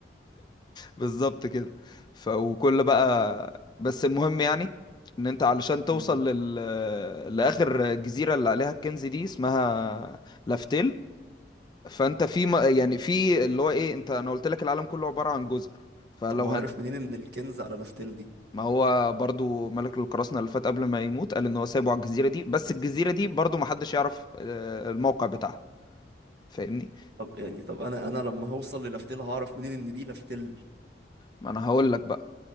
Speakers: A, on the left; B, on the right.
A: بالظبط كده ف وكل بقى بس المهم يعني ان انت علشان توصل
B: مم.
A: لل... لاخر جزيره اللي عليها الكنز دي اسمها لافتيل فانت في م... يعني في اللي هو ايه انت انا قلت لك العالم كله عباره عن جزر فلو
B: طب هو
A: هن...
B: عارف منين ان الكنز على لافتيل دي
A: ما هو برضو ملك القراصنة اللي فات قبل ما يموت قال ان هو سايبه على الجزيرة دي بس الجزيرة دي برضو محدش يعرف آه، الموقع بتاعها فاهمني
B: طب يعني طب انا انا لما هوصل للافتيل هعرف منين ان دي لافتيل
A: ما انا هقول لك بقى